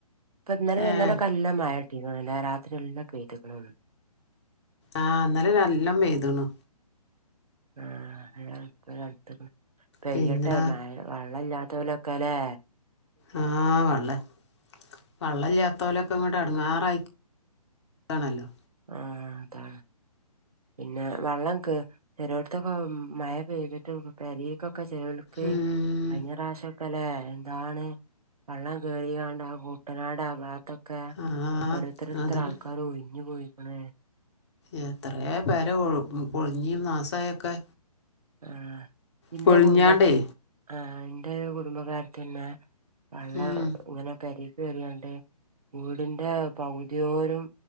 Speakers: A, on the right; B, on the left.
A: ഇപ്പ ഇന്നലെ
B: ഏഹ്
A: ഇന്നലെക്കല്ലമയയാ കുട്ടികൾ എല്ല രാത്രിയല്ല <unintelligible>
B: ആ ഇന്നലെ നല്ലാം പെയ്തണേ.
A: ആ <unintelligible> പെയ്യട്ടെ
B: പിന്നെന്താ
A: മഴ <unintelligible> വെള്ളല്ലാത്ത ഓലൊക്കെ അല്ലേ.
B: ആ വള്ള വള്ളില്ലാത്തോലൊക്കെ ഇങ്ങോട്ട് എടെങ്ങേറായി കാണല്ലോ
A: ആഹ അതാ പിന്നെ വെള്ളംക്ക് ചെരേട്ത്തൊക്കെ മഴ പെയ്തിട്ട് പരീക്കൊ ക്കെ ചെലോൽക്ക്
B: ഉം
A: കഴിഞ്ഞ പ്രാവശ്യ ല്ലേ എന്താണ് വള്ളം കേറികാണ്ട് കൂട്ടനാടാ ആ ഭാഗ ക്കെ
B: ആ
A: ഓരോരുത്തർ ഓരോരുത്തർ
B: അതല്ല
A: ആൾക്കാർ ഒഴിഞ്ഞു പോയിക്കണേ
B: എത്രയ പെരാ കൊഴിഞ്ഞിയും നാസായൊക്കെ?
A: ആ ഇന്റെ
B: പൊളിഞ്ഞാണ്ടേ
A: കുടുംബക്കാ ആ എന്റെ കുടുംബകാര് തിന്നെ വള്ള
B: ഉം
A: ഇങ്ങനൊക്കെരി റിയണ്ട് വീടിന്റെ പകുതിയോരും